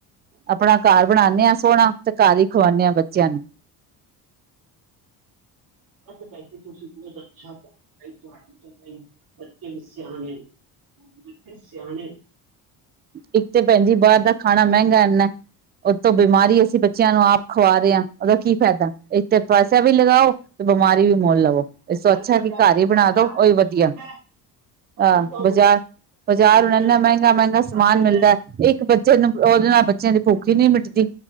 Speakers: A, on the right (about 20°); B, on the right (about 40°).
A: ਆਪਣਾ ਘਰ ਬਣਾਉਣੇ ਆ ਸੋਹਣਾ। ਤੇ ਘਰ ਖਵਾਉਣੇ ਹਾਂ ਬੱਚਿਆਂ ਨੂੰ।
B: ਅੱਛਾ ਭੈਣ ਜੀ ਤੁਸੀਂ ਬਹੁਤ ਅੱਛਾ ਖਵਾਉਣੇ ਹੋ ਤੁਹਾਡੀ ਤੇ ਭਾਈ ਬੱਚੇ ਵੀ ਸਿਆਣੇ ਨੇ। ਬੱਚੇ ਸਿਆਣੇ ਨੇ।
A: ਇੱਕ ਤੇ ਭੈਣ ਜੀ ਬਾਹਰ ਦਾ ਖਾਣਾ ਮਹਿੰਗਾ ਇੰਨਾ ਉਹ ਤੋਂ ਬਿਮਾਰੀ ਅਸੀਂ ਬੱਚਿਆਂ ਨੂੰ ਆਪ ਖਵਾ ਰਹੇ ਹਾਂ ਉਹਦਾ ਕੀ ਫਾਇਦਾ ਇੱਕ ਤੇ ਪੈਸਾ ਵੀ ਲਗਾਓ ਤੇ ਬਿਮਾਰੀ ਵੀ ਮੁੱਲ ਲਵੋ। ਇਸ ਤੋਂ ਅੱਛਾ
B: ਅੱਜ ਕੱਲ
A: ਕਿ
B: ਡਾਕਟਰ
A: ਘਰ ਹੀ ਬਣਾ
B: ਕੋਲ
A: ਦੋ
B: ਜਾਣਾ
A: ਉਹੀ
B: ਕੋਈ
A: ਵਧੀਆ
B: ਸੌਖਾ ਹੈ ਪਤਾ
A: ਆ
B: ਤੁਹਾਨੂੰ
A: ਬਾਜ਼ਾਰ ਬਜ਼ਾਰ
B: ਉਹ
A: ਹੁਣ ਇਨਾ
B: ਤਾਂ
A: ਮਹਿੰਗਾ ਮਹਿੰਗਾ। ਸਮਾਨ
B: ਅੱਗੇ
A: ਮਿਲਦਾ
B: ਤਾਂ
A: ਇੱਕ ਬੱਚੇ। ਬੱਚੇ ਨੂੰ ਉਹਦੇ ਨਾਲ ਬੱਚਿਆਂ ਦੀ ਭੁੱਖੀ ਨੀ ਮਿਟਦੀ